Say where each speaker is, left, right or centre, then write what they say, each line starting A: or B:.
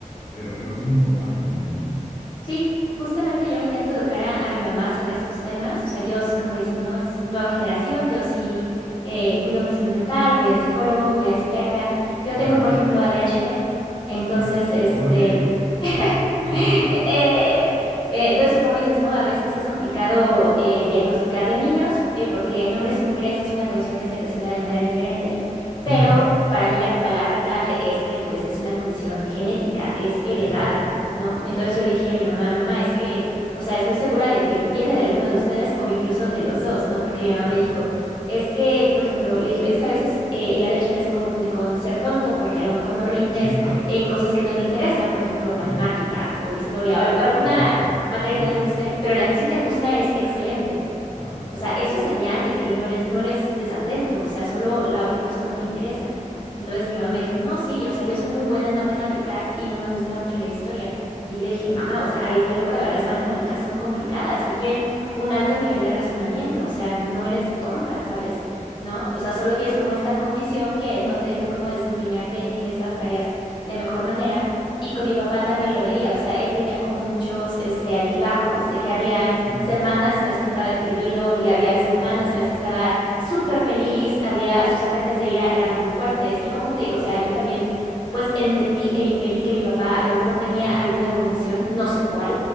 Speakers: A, on the left; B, on the left.
A: pero creo que es importante también.
B: Sí, justamente yo intento educar a, a mi mamá sobre estos temas, o sea, yo, s- como dices, ¿no? Es nueva generación, yo sí eh, cuido mi salud mental, voy al psicólogo, voy al psiquiatra, yo tengo,
A: ¿no? Ujú,
B: por
A: ¿no?
B: ejemplo, ADHD, entonces,
A: Ah,
B: este,
A: igual que yo, chócala.
B: <laughs>
A: <laughs>
B: Eh, eh, entonces, como dices, ¿no? A veces es complicado eh, diagnosticar de niños, eh, porque en hombres y mujeres es una condición que se presenta de manera diferente, pero
A: ujú.
B: para mí la palabra clave es que pues es una condición genética, es heredada,
A: Exacto,
B: ¿no?
A: así
B: Entonces
A: es,
B: yo le dije a mi mamá, mamá, es que, o sea, estoy segura de que viene de alguno de ustedes o incluso de los dos, ¿no? Porque mi mamá
A: claro.
B: me dijo, es que, por ejemplo, le dijo, es que a veces eh, el ADHD se confunde con ser tonto porque a lo mejor no rindes
A: Sí, claro,
B: en cosas que no te interesan, por ejemplo, matemáticas
A: ujú,
B: o historia o al- alguna
A: tal cual.
B: materia
A: Sí,
B: que no
A: sí,
B: te guste, pero en la que sí te gusta eres excelente.
A: así es.
B: O sea, eso es señal de que no eres, no eres desatento, o sea, solo la otra cosa no te interesa. Entonces mi mamá me dijo, no, sí, o sea, yo soy muy buena en matemáticas y no me gusta mucho la historia. Y le dije, mamá, o sea, ahí está la prueba, las matemáticas son complicadas, requieren un alto nivel de razonamiento, o sea, no eres tonta, ¿sabes? ¿No? O sea, solo tienes como esta condición que no te deja como desempeñarte en estas áreas de mejor manera. Y con mi papá también lo veía, o sea, él tenía como muchos, este, altibajos de que había
A: Sí,
B: semanas en las que estaba deprimido y había semanas
A: claro,
B: en las que estaba súper feliz, había sus ataques de ira eran muy fuertes y como te digo,
A: wow.
B: o sea, yo también pues entendí e inferí que mi papá a lo mejor tenía
A: Claro,
B: alguna condición, no sé cuál,